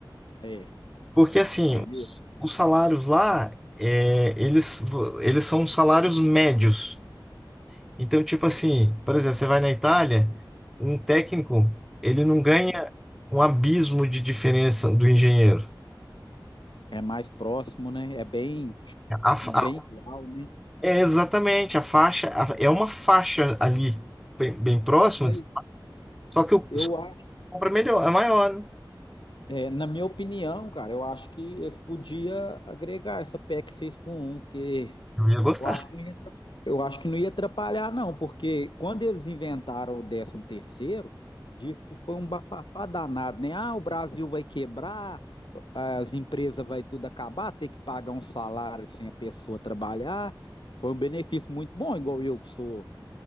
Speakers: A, on the left; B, in the centre.
A: É,
B: Porque assim,
A: lá é mesmo.
B: os, os salários lá, é, eles, vo- eles são salários médios. Então, tipo assim, por exemplo, você vai na Itália, um técnico, ele não ganha um abismo de diferença do engenheiro.
A: É mais próximo, né? É bem, tipo,
B: A fa-
A: bem igual, né?
B: é exatamente, a faixa, a- é uma faixa ali, bem, bem próxima,
A: Mas
B: só que o
A: eu
B: só que
A: acho,
B: compra melhor, é maior, né?
A: é, na minha opinião, cara, eu acho que eles podiam agregar essa PEC seis por um porque
B: Eu ia gostar.
A: eu acho que não ia, atra- eu acho que não ia atrapalhar, não, porque quando eles inventaram o décimo terceiro, disse que foi um bafafá danado, né? Ah, o Brasil vai quebrar, as empresas vai tudo acabar, ter que pagar um salário sem a pessoa trabalhar. Foi um benefício muito bom, igual eu que sou